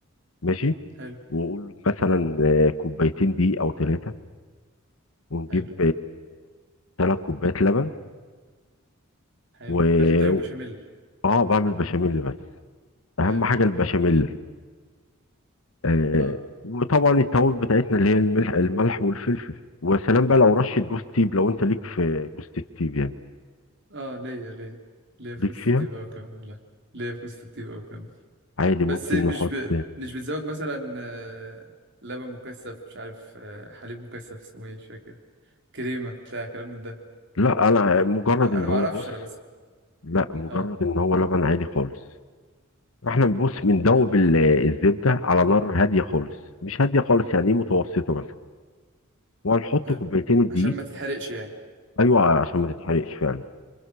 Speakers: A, on the left; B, on the right.
A: ماشي
B: حلو
A: وقول مثلا آه، كوبايتين دي او ثلاثه ونجيب
B: حلو
A: ثلاث كوبايات لبن
B: حلو
A: و
B: ده عشان تعمل بشاميل
A: اه بعمل بشاميل بس اهم
B: حلو
A: حاجه البشاميل
B: حلو والله
A: آه،
B: اه
A: وطبعا التوابل بتاعتنا اللي هي الملح الملح والفلفل وسلام بقى لو رشه جوز تيب لو انت ليك في جوز التيب يعني
B: اه ليا ليا ليا في
A: ليك
B: وسط
A: فيها
B: الطيب قوي كمان والله ليا في وسط الطيب قوي كمان
A: عادي
B: بس
A: ممكن
B: مش
A: نحط
B: ب... مش بتزود مثلا آه، لبن مكثف مش عارف آه، حليب مكثف اسمه ايه مش فاكر كريمه بتاع كلام من ده
A: لا انا مجرد
B: انا
A: ان
B: انا ما
A: هو
B: اعرفش
A: بص
B: انا بس
A: لا مجرد
B: اه
A: ان هو لبن عادي خالص احنا بنبص بندوب
B: حلو
A: ال- الزبده على نار هاديه خالص مش هاديه خالص يعني ايه متوسطه مثلا وهنحط
B: حلو
A: كوبايتين الدقيق
B: عشان ما تتحرقش يعني
A: ايوه عشان ما تتحرقش فعلا